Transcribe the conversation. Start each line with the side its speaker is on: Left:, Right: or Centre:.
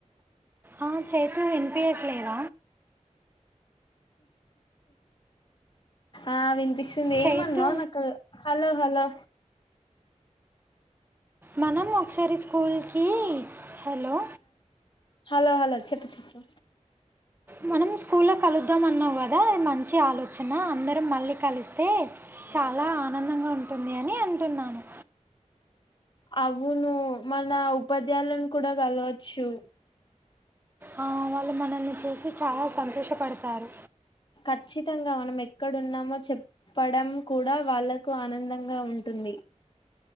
Right: అ చైతూ వినిపేట్లేద
Left: ఆ విన్ <unintelligible> ఏమన్నావు
Right: చైతు
Left: నాకు హలో హలా
Right: మనం ఒకసారి స్కూల్ కీ హలో
Left: హలో హలో చెప్పు చెప్పు
Right: మనం స్కూల్లో కలుద్దాం అన్నావు కదా, మంచి ఆలోచన అందరం మళ్ళీ కలిస్తే, చాలా ఆనందంగా ఉంటుంది అని అంటున్నాను.
Left: అవును మన ఉపాధ్యాయులను కూడా కలవచ్చు
Right: ఆ, వాళ్ళు మనల్ని చూసి చాలా సంతోషపడతారు
Left: ఖచ్చితంగా మనం ఎక్కడున్నామో చెప్పడం కూడా వాళ్ళలకు ఆనందంగా ఉంటుంది